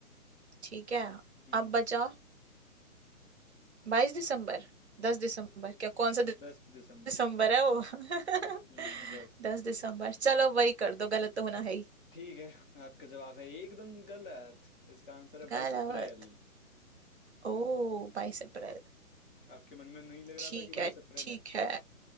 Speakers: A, on the right; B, on the left.
A: ठीक है
B: हम्म
A: अब बचा बाईस दिसंबर दस दिसंबर क्या कौन सा दि-
B: दस दिसंबर
A: दिसंबर है वो <laughs>
B: हम्म दस
A: दस दिसंबर चलो वही कर दो गलत तो होना है ही
B: ठीक है आपका जवाब है एकदम गलत इसका आंसर है
A: गलत
B: बाईस अप्रैल
A: ओ बाईस अप्रैल
B: आपके मन में नहीं लग
A: ठीक
B: रहा था कि बाईस
A: है
B: अप्रैल
A: ठीक
B: है
A: है